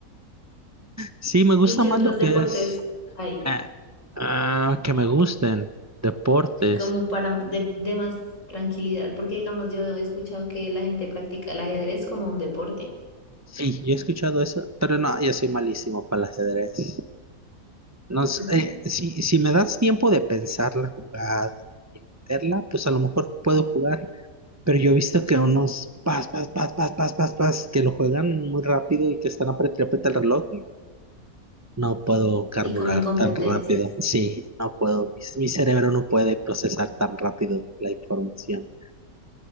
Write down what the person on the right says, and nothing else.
Sí, me gusta
más
lo
que es
ah, ah, que me gusten deportes.
Sí, yo he escuchado eso, pero no, yo soy malísimo para el ajedrez. No, sé,
eh, si, si me das tiempo de pensar la jugada y meterla, pues a lo mejor puedo jugar, pero yo he visto que unos pas, pas, pas, pas, pas, pas, pas, que lo juegan muy rápido y que están apretando el reloj. No puedo carburar
tan rápido. Sí, no puedo. Mi, mi cerebro no puede procesar tan rápido la información.